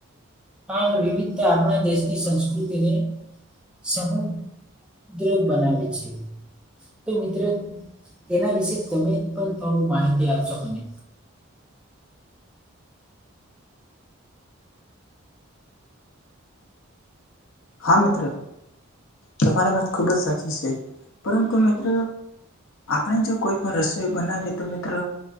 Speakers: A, in the centre; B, on the left.
A: આ વિવિધતા આપણા દેશની સંસ્કૃતિને સમ દ્ર બનાવે છે, તો મિત્ર એના વિશે તમે પણ થોડી માહિતી આ આપશો મને?
B: હા મિત્ર, તમારી વાત ખુબ જ સાચી છે, પરંતુ મિત્ર આપણે જો કોઈ પણ રસોઈ બનાવીએ તો મિત્ર